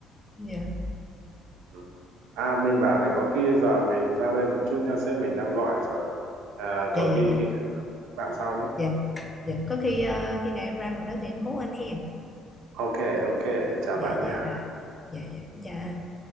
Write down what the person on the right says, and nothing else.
ừ. à mình bảo này có khi giờ mình ra đây một chút nha sếp mình đang gọi rồi à,
có
khi
khi khác bạn sau nhé
ok ok chào
bạn
nha